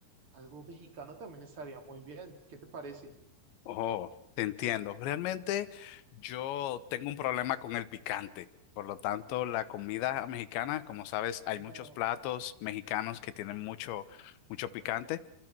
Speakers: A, on the right; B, on the left.
A: algo mexicano también estaría muy bien, ¿qué te parece?
B: Oh, te entiendo. Realmente yo tengo un problema con el picante. Por lo tanto, la comida mexicana, como sabes, hay
A: No,
B: muchos platos mexicanos que tienen mucho, mucho picante.